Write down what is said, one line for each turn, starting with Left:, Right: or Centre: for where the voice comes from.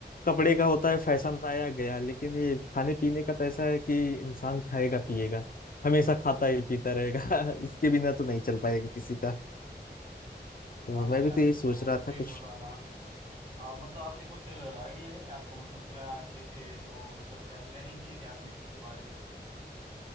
Left: कपड़े का होता है फैशन आया गया लेकिन ये खाने पीने का तो ऐसा है कि इंसान खाएगा पिएगा हमेशा खाता ही पीता रहेगा <laughs> इसके बिना तो नहीं चल पाएगा किसी का तो
Right: हाँ भाई
Left: मैं भी तो
Right: आपने
Left: यही सोच
Right: तो
Left: रहा
Right: सही
Left: था कुछ
Right: बोला आप आ, मतलब आपने कुछ आइडिया है क्या आपको मतलब क्या कैसे वो मतलब क्या प्लानिंग की है क्या आपने इसके बारे में